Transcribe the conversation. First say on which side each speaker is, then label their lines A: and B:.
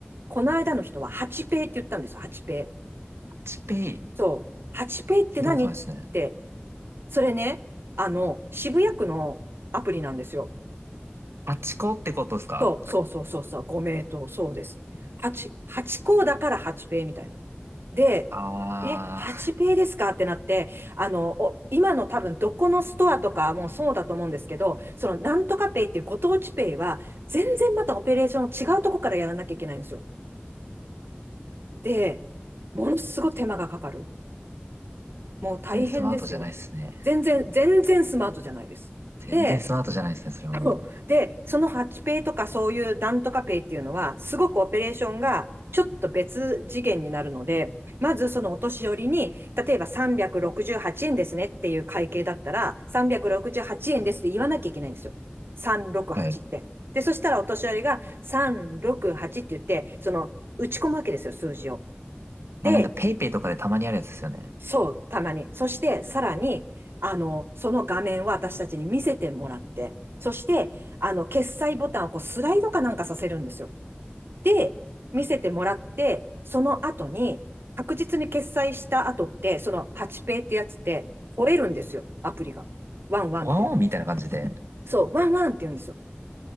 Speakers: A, on the right (about 65°); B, on the right (about 85°).
A: この間の人は8ペイって言ったんですよ、8ペイ。
B: タッチペイ、
A: そう。8ペイって何って、
B: 聞いたことないですね。
A: それね、あの、渋谷区のアプリなんですよ。
B: タッチコってことですか
A: そう、そうそうそうそう、ご名答、そうです。8、8校だから8ペイみたいな。で、
B: ああ、
A: え、8ペイですかってなって、あの、お今の多分どこのストアとかもそうだと思うんですけど、そのなんとかペイっていうご当地ペイは、全然またオペレーション違うとこからやらなきゃいけないんですよ。で、ものすごい手間がかかる。もう大変ですよ。
B: 全然スマートじゃないですね。
A: 全然、全然スマートじゃないです。
B: 全然スマートじゃないですね、
A: で、
B: それはもう。
A: <laughs> で、その8ペイとかそういうなんとかペイっていうのは、すごくオペレーションがちょっと別次元になるので、まずそのお年寄りに、例えば368円ですねっていう会計だったら、368円ですって言わなきゃいけないんですよ。368って。
B: はい。
A: で、そしたらお年寄りが368って言って、その打ち込むわけですよ、数字を。で、
B: あ、なんかペイペイとかでたまにあるやつですよね。
A: そう、たまに。そして、さらに、あの、その画面を私たちに見せてもらって、そして、あの、決済ボタンをこうスライドかなんかさせるんですよ。で、見せてもらって、その後に、確実に決済した後って、その8ペイってやつって、吠えるんですよ、アプリが。ワンワンって。
B: ワンオンみたいな感じで。
A: そう、ワンワンって言うんですよ。